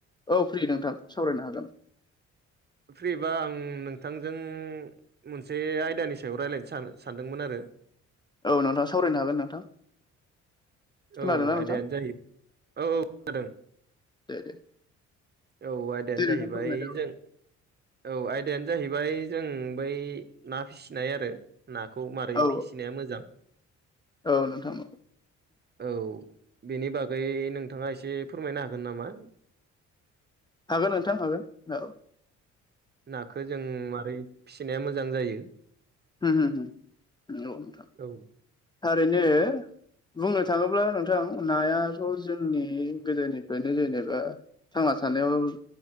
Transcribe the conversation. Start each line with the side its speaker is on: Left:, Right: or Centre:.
Left: औ फ्रि नोंथां सावरायनो हागोन।
Right: फ्रिबा आं नोंथांजों मोनसे आयदानि सायाव रायज्लायनो सान-सानदोंमोन आरो।
Left: औ नोंथां सावरायनो हागोन नोंथां। खोनादोंना
Right: औ आयदायानो
Left: नोंथां
Right: जाहैबाय औ औ खोनादों।
Left: <inaudible>
Right: औ आयदायानो
Left: दे नोंथां
Right: जाहैबाय
Left: फोरमायदो
Right: जों औ आयदायानो जाहैबाय जों बै ना फिसिनाय आरो। नाखौ मारै
Left: औ
Right: फिसिनाया मोजां
Left: औ नोंथां औ।
Right: औ बेनि बागै नोंथाङा एसे फोरमायनो हागोन नामा?
Left: हागोन नोंथां हागोन औ।
Right: नाखौो जों माबारै फिसिनाया मोजां जायो
Left: होम होम होम नंगौ नोंथां।
Right: औ
Left: थारैनो बुंनो थाङोब्ला नोंथां नायाथ' जोंनि गोदोनिफ्रायनो जेनेबा थांना थानायाव